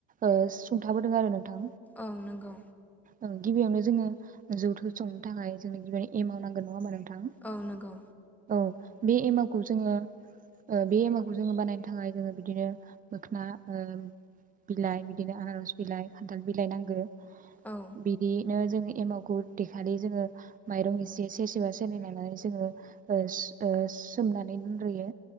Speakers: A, on the right (about 25°); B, in the centre.
A: ओ सुंथाबोदों आरो नोंथां।
B: औ नंगौ।
A: ओं गिबियावनो जोङो जौथो संनो थाखाय जोंनो गिबियावनो एमाउ नांगोन नङा होनबा नों थां?
B: औ नंगौ
A: औ बे एमावखौ जोङो ओ बे एमावखौ जोङो बानायनो थाखाय जोङो बिदिनो मोखोना ओ बिलाइ बिदिनो आनारस बिलाइ, खान्थाल बिलाइ नांगौ।
B: औ
A: बिदि नो जोङो एमावखौ देखालि जोङो माइरं एसे सेरसेबा सेरनै लानानै जोङो ओ ओ सोमनानै दोनग्रोयो।